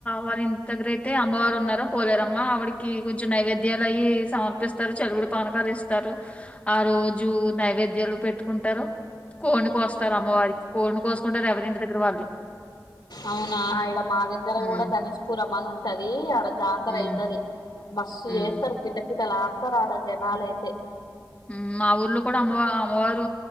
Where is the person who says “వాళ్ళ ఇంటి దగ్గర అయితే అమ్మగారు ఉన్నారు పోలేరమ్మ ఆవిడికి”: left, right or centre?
Left